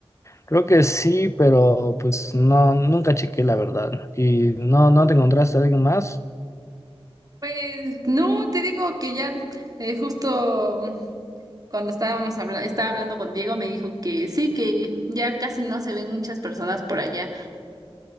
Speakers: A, on the left (about 30°); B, on the right (about 35°).
A: creo que sí, pero pues no, nunca chequé la verdad. ¿Y no, no te encontraste a alguien más?
B: Pues no, te digo que ya eh, justo mm, cuando estábamos habla- estaba hablando con Diego me dijo que sí, que ya casi no se ven muchas personas por allá,